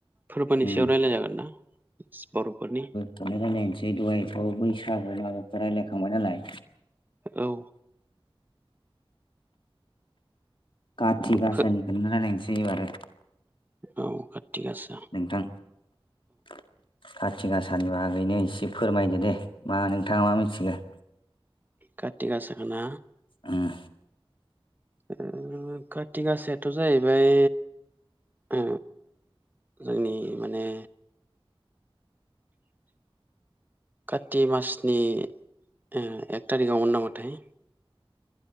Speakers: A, on the right (about 20°); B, on the left (about 60°).
A: फोरबोनि
B: उम
A: सायाव राय्लाय जागोन ना बर'फोरनि।
B: <unintelligible> रायलायनोसै दहायथ' बैसागो मागोखो रायलायखांबाय नालाय
A: औ
B: काथि गासानिखोनो
A: फो
B: रायलायनोसै एबारो
A: औ काथि गास
B: नोंथां खाथि गासानि बागैनो एसे फोरमायदो दे मा नोंथाङा मा मिथिगो
A: काति गासाखोना
B: ओं
A: <unintelligible> काति गासायाथ' जाहैबाय ओ जोंनि माने काति मासनि ओ एक तारिकआवमोन नामाथाय